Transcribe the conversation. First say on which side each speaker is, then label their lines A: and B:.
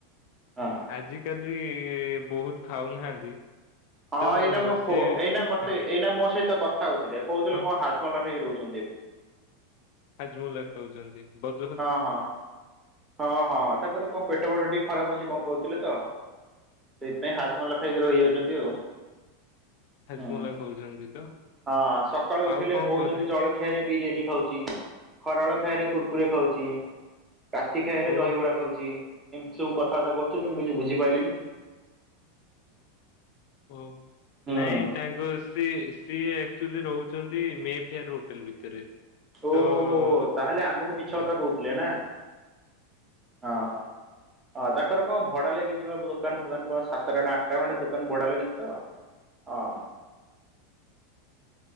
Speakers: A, on the right; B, on the left.
A: ହଁ
B: ଆଜିକାଲି ବହୁତ ଖାଉନାହାନ୍ତି।
A: ହଁ
B: ତ
A: ଏଇନା ମୋ
B: ସେ
A: ପୁଅ। ଏଇନେ ମତେ
B: ହଁ
A: ଏଇନା ମୋ ସହିତ କଥା ହଉଥିଲେ କହୁଥିଲେ
B: ହଁ
A: କଣ ହାଡ଼ ଭଲପ ହେକି ରହୁଛନ୍ତି ଏବେ।
B: ହାଜମୁଲା କହୁଛନ୍ତି। ହଉ
A: ହଁ ହଁ ହଁ ହଁ ତାଙ୍କର କଣ ପେଟ ଫେଟ ଟିକେ ଖରାପ ଅଛି। କଣ କହୁଥିଲେ ତ ସେଇଥିପାଇଁ ହାଜମଲା ଖାଇକି ରହିଯାଉଛନ୍ତି ଆଉ
B: ହ।
A: ହୁଁ
B: ଜମୁଲା। ଖାଉଛନ୍ତି ତ?
A: ହଁ ହଁ ସକାଳୁ ଉଠିଲେ
B: ଆଉ କଣ
A: କହୁଛନ୍ତି
B: କରେ
A: ଜଳ ଖିଆରେ ବିରିୟାନୀ ଖାଉଚି। ଖରାବେଳେ ଖାଇବାରେ କୁର୍କୁରି ଖାଉଛି। ରାତି ଖାଇବାରେ
B: ଓ
A: ଦହିବରା ଖାଉଛି। ଏମିତି ସବୁ କଥାବାର୍ତ୍ତା କରୁଛନ୍ତି ମୁଁ କିଛି ବୁଝିପାଇଲିନି।
B: ଓହ
A: ହୁଁ
B: ନାଇଁ ତାଙ୍କୁ ସିଏ ସିଏ ଆକଚୁଆଲି ରହୁଛନ୍ତି ମେ ଫେୟାର ହୋଟେଲ ଭିତରେ।
A: ଓହୋ!
B: ତ ସେ
A: ତାହେଲେ ଆମକୁ ମିଛ
B: ହଁ
A: କଥା କହୁଥିଲେ ନା। ହଁ। ହଁ ତାଙ୍କର କଣ ଭଡା ଲାଗିଯିବ ଦୋକାନ ଫୁକାନ କଣ ସାତଟା ନା ଆଠଟା ଖଣ୍ଡେ ଦୋକାନ ଭଡା ଲାଗିଛି ତୋ? ହଁ।